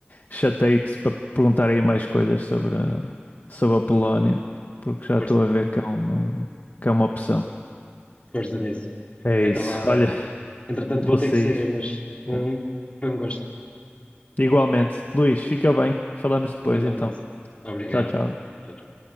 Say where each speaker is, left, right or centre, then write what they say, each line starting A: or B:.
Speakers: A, on the left (about 45°); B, on the left (about 30°).
A: chatei-te para perguntar aí mais coisas sobre a, sobre a Polónia, porque já estou
B: Força,
A: a ver que é um, que é uma opção.
B: força nisso.
A: É
B: Então,
A: isso,
B: vá, olha.
A: olha,
B: Entretanto,
A: vou
B: vou ter
A: sair.
B: que sair, mas foi
A: É.
B: um, foi um gosto.
A: Igualmente. Luís, fica bem. Falamos depois
B: Um grande
A: então.
B: abraço. Obrigado.
A: Tchau, tchau.
B: Tchau, tchau.